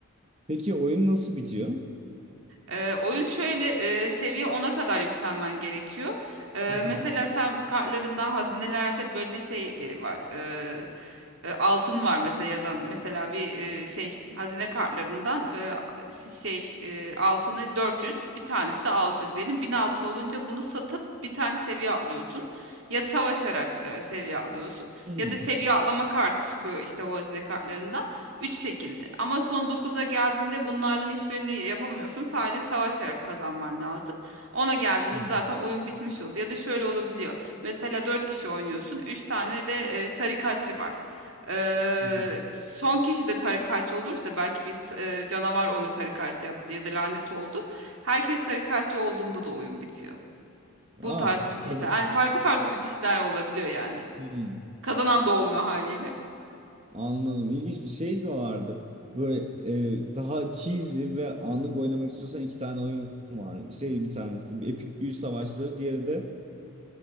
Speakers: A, on the right; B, on the right.
A: Peki oyun nasıl bitiyor?
B: Ee, oyun şöyle e, seviye ona kadar yükselmen gerekiyor. Ee,
A: <laughs>
B: mesela sen kartlarından hazinelerde böyle şey e, var. Ee, e, altın var mesela yazan. Mesela bir e, şey hazine kartlarından e, si- şey e, altını 400 bir tanesi de 600 diyelim. 1000 altın olunca bunu satıp bir tane seviye atlıyorsun. Ya savaşarak e, seviye atlıyorsun.
A: Hmm.
B: Ya
A: Hmm.
B: da seviye atlama kartı çıkıyor işte o hazine kartlarından. Üç şekilde. Ama son dokuza geldiğinde bunlardan hiçbirini yapamıyorsun. Sadece savaşarak kazanman lazım. Ona geldiğinde
A: Hmm.
B: zaten oyun bitmiş oldu. Ya da şöyle olabiliyor. Mesela 4 kişi oynuyorsun. üç tane de e, tarikatçı var. Eee,
A: hı hı.
B: son kişi de tarikatçı olursa belki bir s- e, canavar onu tarikatçı yaptı ya da lanet oldu. Herkes tarikatçı olduğunda da oyun bitiyor. Bu
A: Aa,
B: tarz bitişler.
A: kazı
B: Yani farklı farklı bitişler olabiliyor yani.
A: Hmm.
B: Kazanan da olmuyor haliyle.
A: Anladım. İlginç bir şey de vardı. Böyle e, daha cheesy ve anlık oynamak istiyorsan iki tane oyun var. Şey bir tanesi Epic Büyü Savaşları, diğeri de